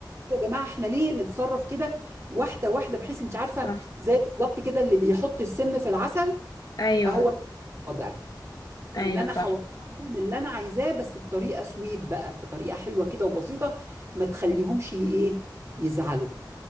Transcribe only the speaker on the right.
يا جماعه احنا ليه نتصرف كده واحده واحده بحيث انت عارفه
زي بالظبط كده اللي بيحط السم في العسل
اهو نفس الوضع
ان انا
هوضح لهم اللي انا عايزاه بس بطريقه سويت بقى بطريقه حلوه كده وبسيطه ما تخليهمش ي- ايه يزعلوا